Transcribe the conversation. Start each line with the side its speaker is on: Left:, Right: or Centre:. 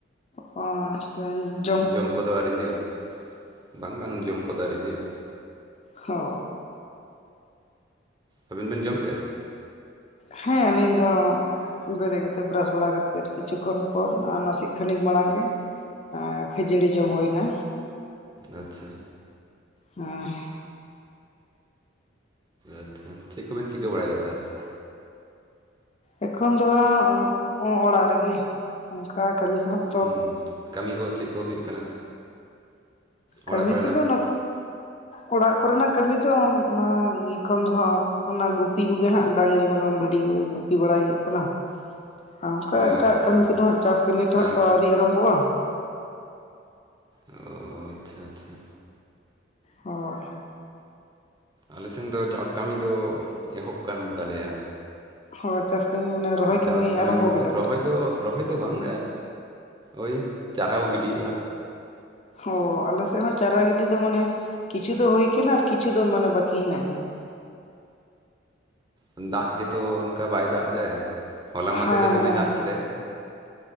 Left: ᱚ
Right: ᱡᱚᱢ ᱠᱚᱫᱚ ᱟᱹᱣᱨᱤ ᱦᱳᱭᱳᱜᱼᱟ ᱵᱟᱝ ᱵᱟᱝ ᱡᱚᱢ ᱠᱚᱫᱚ ᱟᱹᱣᱨᱤ ᱦᱳᱭᱳᱜᱼᱟ᱾
Left: ᱦᱚ
Right: ᱟᱵᱮᱱ ᱵᱮᱱ ᱡᱚᱢ ᱠᱮᱜ-ᱟ ᱥᱮ
Left: ᱦᱮᱸ ᱟᱹᱞᱤᱧ ᱫᱚ ᱵᱮᱨᱮᱫ ᱠᱟᱛᱮᱜ ᱵᱨᱟᱥ ᱵᱟᱲᱟ ᱠᱟᱛᱮᱜ ᱠᱤᱪᱷᱩ ᱠᱷᱚᱱ ᱯᱚᱨ ᱱᱟᱥᱮᱜ ᱠᱷᱟᱹᱱᱤᱠ ᱢᱟᱲᱟᱝ ᱜᱮ ᱮᱸ ᱠᱷᱟᱹᱡᱟᱹᱲᱤ ᱡᱚᱢ ᱦᱳᱭ ᱮᱱᱟ᱾
Right: ᱟᱪᱪᱷᱟ᱾
Left: ᱦᱮᱸ
Right: ᱟᱪᱪᱷᱟ ᱪᱮᱫ ᱠᱚᱵᱮᱱ ᱪᱤᱠᱟᱹ ᱵᱟᱲᱟᱭᱮᱫᱟ ᱛᱟᱦᱚᱞᱮ?
Left: ᱮᱠᱷᱚᱱ ᱫᱚ ᱦᱟᱸᱜ ᱚᱲᱟᱜ ᱨᱮᱜᱮ ᱚᱱᱠᱟ ᱠᱟᱹᱢᱤ ᱠᱚ ᱦᱟᱜ
Right: ᱦᱩᱸ ᱠᱟᱹᱢᱤ ᱠᱚ ᱪᱮᱫ ᱠᱚ ᱦᱩᱭᱩᱜ ᱠᱟᱱᱟ?
Left: ᱠᱟᱹᱢᱤ
Right: ᱚᱲᱟᱜ ᱠᱚᱨᱮᱱᱟᱜ
Left: ᱠᱚᱫᱚ ᱚᱲᱟᱜ ᱠᱚᱨᱮᱱᱟᱜ ᱠᱟᱹᱢᱤ ᱫᱚ ᱚᱱᱟ ᱮᱠᱷᱚᱱ ᱫᱚ ᱦᱟᱸᱜ ᱚᱱᱟ ᱜᱩᱯᱤ ᱠᱚᱜᱮ ᱦᱟᱸᱜ ᱰᱟᱝᱨᱤ ᱢᱮᱨᱚᱢ ᱵᱷᱤᱰᱤ ᱠᱚᱜᱮ ᱜᱩᱯᱤ ᱵᱟᱲᱟᱭ ᱦᱩᱭᱩᱜ ᱠᱟᱱᱟ᱾ ᱚᱱᱠᱟ
Right: ᱚ
Left: ᱮᱴᱟᱜ
Right: ᱟᱪᱪᱷᱟ
Left: ᱠᱟᱹᱢᱤ ᱠᱚᱫᱚ ᱦᱟᱸᱜ ᱪᱟᱥ ᱠᱟᱹᱢᱤ ᱛᱚ
Right: ᱟᱨ
Left: ᱟᱹᱣᱨᱤ ᱟᱨᱟᱢᱵᱚᱜᱼᱟ
Right: ᱚ ᱟᱪᱪᱷᱟ ᱟᱪᱪᱷᱟ
Left: ᱦᱳᱭ
Right: ᱟᱞᱮᱥᱮᱱ ᱫᱚ ᱪᱟᱥ ᱠᱟᱹᱢᱤ ᱫᱚ ᱮᱦᱚᱵ ᱟᱠᱟᱱ ᱛᱟᱞᱮᱭᱟ
Left: ᱦᱩᱭ ᱪᱟᱥ ᱠᱟᱹᱢᱤ ᱢᱟᱱᱮ ᱨᱚᱦᱚᱭ
Right: ᱪᱟᱥ ᱠᱟᱹᱢᱤ
Left: ᱟᱨᱟᱢᱵᱚ
Right: ᱵᱚᱞᱛᱮ
Left: ᱠᱮᱫᱟ ᱯᱮ
Right: ᱨᱚᱦᱚᱭ ᱫᱚ ᱨᱚᱦᱚᱭ ᱫᱚ ᱵᱟᱝ ᱳᱭ ᱪᱟᱨᱟ ᱠᱚ ᱜᱤᱰᱤᱭᱮᱫᱼᱟ
Left: ᱚ ᱟᱞᱮ ᱥᱮᱫ ᱦᱚᱸ ᱪᱟᱨᱟ ᱜᱤᱰᱤ ᱢᱟᱱᱮ ᱠᱤᱪᱷᱩ ᱫᱚ ᱦᱩᱭ ᱟᱠᱟᱱᱟ ᱟᱨ ᱠᱤᱪᱷᱩ ᱫᱚ ᱢᱟᱱᱮ ᱵᱟᱹᱠᱤ ᱦᱮᱱᱟᱜ ᱜᱮᱭᱟ
Right: ᱚ ᱫᱟᱜ ᱜᱮᱛᱚ ᱚᱱᱠᱟ ᱵᱟᱭ ᱫᱟᱜ ᱮᱫᱟᱭ ᱦᱚᱞᱟ ᱢᱟᱸᱫᱷᱮᱨ
Left: ᱦᱮᱸ
Right: ᱫᱚ ᱫᱚᱢᱮᱭ
Left: ᱦᱮᱸ
Right: ᱫᱟᱜ ᱠᱮᱫᱟᱭ